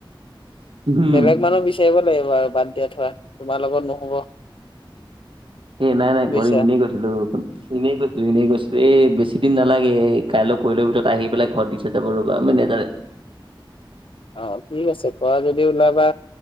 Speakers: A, on the right (about 75°); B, on the left (about 80°).
A: লওক।
B: বেলেগ মানুহ বিচাৰিব লাগিব আৰু বাদ দিয়া থোৱা তোমাৰ লগত নহব।
A: এ নাই -নাই
B: বুজিছা।
A: গৰি পিনহী গৈছিলোঁ ৰচুন। এনেই কৈছলোঁ- এনেই কৈছলোঁ এ বেছি দিন নালাগে কাইলৈ পৰহিলৈ ভিতৰত আহি পেলাই ঘৰত দি থৈ যাব ৰবা মেনেজাৰে।
B: অ, ঠিক আছে কৰা যদি ওলাবা